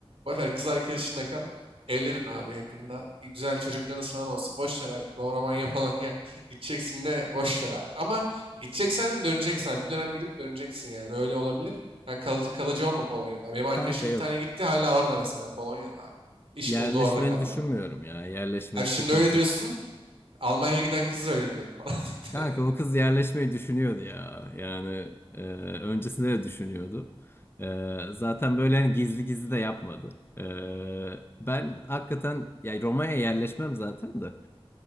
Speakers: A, on the right; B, on the left.
A: Boş ver kız arkadaşınla kal. Evlenin abi yakında. Güzel çocuklarınız falan olsun. Boş ver abi. Romanya Polonya <laughs> gideceksin de boş ver abi. Ama gideceksen de döneceksin abi. Bir dönem gidip döneceksin yani. Öyle olabilir. Yani kalıcı, kalıcı olma Polonya'da. Benim arkadaşım
B: Kanka yok.
A: bir tane gitti hala orada mesela Polonya'da abi. İş
B: Yerleşmeli
A: buldu orada kaldı.
B: düşünmüyorum ya. Yerleşmeli
A: Abi şimdi
B: sıkıntı.
A: öyle diyorsun. Almanya'ya giden kız da öyle diyordu falan. <laughs>
B: Kanka o kız yerleşmeyi düşünüyordu ya. Yani e, öncesinde de düşünüyordu. E, zaten böyle hani gizli gizli de yapmadı. E, ben hakikaten ya Roma'ya yerleşmem zaten de.